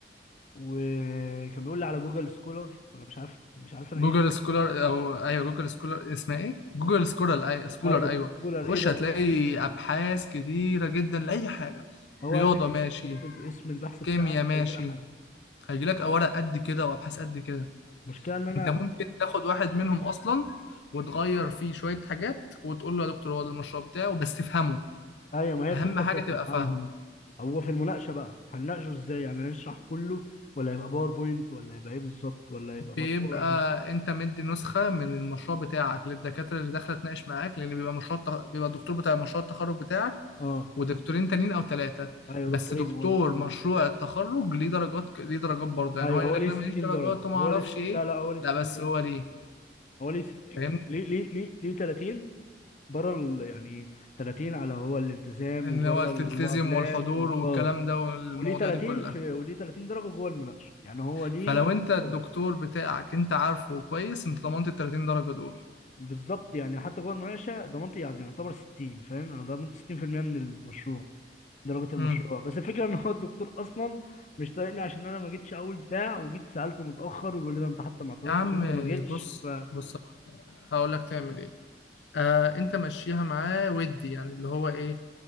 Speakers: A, on the left; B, on the left.
A: وكان بيقول لي على جوجل سكولر ولا مش عارف مش عارف انا
B: جوجل
A: ايه
B: سكولر او ايوه جوجل سكولر اسمها ايه جوجل سكولر اي سكولر
A: ايوه
B: ايوه
A: سكولر
B: خش
A: ايه ده
B: هتلاقي ابحاث كتيره جدا لاي حاجه
A: هو
B: رياضه
A: قال لي اكتب
B: ماشي
A: اكتب اسم البحث بتاعك
B: كيمياء ماشي
A: وهيجي لك حاجه
B: هيجيلك ورق قد كده وابحاث قد كده
A: المشكله ان انا
B: انت ممكن تاخد واحد منهم اصلا وتغير فيه شويه حاجات وتقول له يا دكتور هو ده المشروع بتاعه بس تفهمه
A: ايوه ما هي
B: اهم
A: الفكره
B: حاجه
A: في في
B: تبقى
A: افهمه
B: فاهمه
A: هو في المناقشه بقى هنناقشه ازاي يعني هنشرح كله ولا هيبقى باوربوينت ولا هيبقى ايه بالظبط ولا هيبقى
B: بيبقى
A: مطبوع
B: انت مدي نسخة من المشروع بتاعك للدكاترة اللي داخلة تناقش معاك لان بيبقى مشروع التخ- بيبقى الدكتور بتاع مشروع التخرج بتاعك
A: اه
B: ودكتورين تانيين او ثلاثة
A: ايوه
B: بس
A: دكتورين
B: دكتور
A: هو دكتورين
B: مشروع التخرج ليه درجات ك- ليه درجات برضه يعني
A: ايوه
B: هو يقول
A: هو
B: لك
A: ليه
B: لا
A: 60
B: ماليش درجات
A: درجه
B: وما
A: هو
B: اعرفش
A: ليه ست...
B: ايه
A: لا لا هو ليه 60
B: لا بس
A: درجه
B: هو ليه
A: هو ليه ست...
B: فاهمني
A: ليه ليه ليه ليه 30 بره ال... يعني 30 على هو الالتزام
B: ان
A: وبره
B: هو تلتزم
A: ال... والمقابلات
B: والحضور
A: و...
B: والكلام
A: اه
B: ده والمواضيع
A: وليه 30
B: دي كلها
A: في وليه 30 درجه جوه المناقشه يعني هو ليه
B: فلو
A: 60
B: انت الدكتور
A: درجه
B: بتاعك انت عارفه كويس انت ضمنت ال 30 درجة دول
A: بالظبط يعني حتى جوه المناقشه ضمنت يعني يعتبر 60 فاهم انا ضمنت 60% من المشروع درجة المشروع
B: امم
A: بس الفكرة ان هو الدكتور اصلا مش طايقني عشان انا ما جيتش اول بتاع وجيت سألته متأخر يقول لي ده انت حتى ما اعتذرتش
B: يا عم
A: إن انت ما جيتش
B: بص
A: فانا
B: بص هقول لك تعمل ايه آه انت مشيها معاه ودي يعني اللي هو ايه